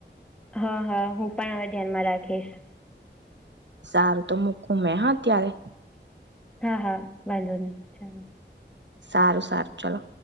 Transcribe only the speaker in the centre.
હમ્મ હમ્મ, હું પણ હવે ધ્યાનમાં રાખીશ.
હા હા વાંધો નહીં, ચાલો.